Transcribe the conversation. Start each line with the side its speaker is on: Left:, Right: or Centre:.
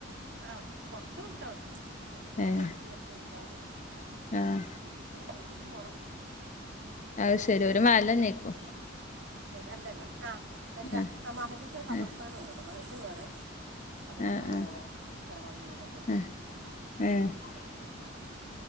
Right: ആഹ് കുറച്ച വിട്ടാണ് ഞങ്ങൾ തറവാടിന്റെ
Left: ഏഹ്
Right: അടുത്തന്ന് കുറച് വിട്ടാണ്.....
Left: ആഹ്
Right: ഉ ഒക്കെ വണ്ടിക്ക് പോണം......
Left: അത് ശരി ഒരു മഹല്ല്നീക്കും...
Right: അല്ല അല്ല ആഹ് അല്ല
Left: ആഹ്
Right: ആ മഹല്ച്ച കബർസ്ഥാനം
Left: ഉം
Right: ഒന്നാണ് മഹല്ല് വേറെ.... ഖബർസ്ഥാന
Left: ആഹ്
Right: ഞങ്ങളുടെ
Left: ആഹ്
Right: തറവാട് ഞങ്ങളുടെഒന്ന്
Left: ഉം ഉം
Right: ഇളച്ചന്റെതും...